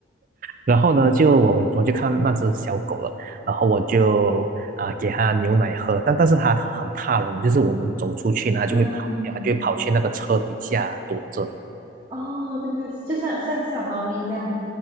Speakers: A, on the right; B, on the right.
A: 然后呢，就我我我就看那只小狗了，然后我就啊、给它牛奶喝，但但是它很怕人的，就是我们走出去呢，它就会跑掉，
B: 嗯，
A: 它就会跑去那个车底下躲着。
B: 哦，对对，就像像小猫咪这样子